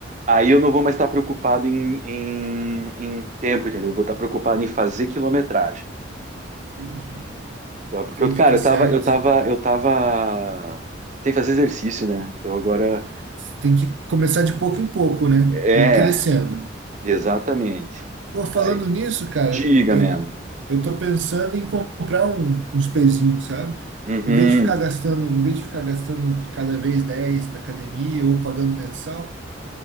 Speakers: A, on the right (about 40°); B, on the right (about 75°).
A: aí eu não vou mais estar preocupado em, em, em tempo, entendeu? Eu vou estar preocupado em fazer quilometragem.
B: Entendi.
A: Então, é porque,
B: Entendi,
A: eu, cara,
B: tá
A: eu
B: certo.
A: tava, eu tava, eu tava sem fazer exercício, né? Então agora
B: tem que começar de pouco em pouco, né?
A: é,
B: E crescendo.
A: exatamente.
B: Pô, falando
A: Aí,
B: nisso, cara,
A: diga,
B: eu,
A: mano.
B: eu tô pensando em comprar um- uns pezinhos, sabe?
A: Uhum,
B: Em vez de ficar gastando, em vez de ficar gastando cada vez 10 na academia ou pagando mensal,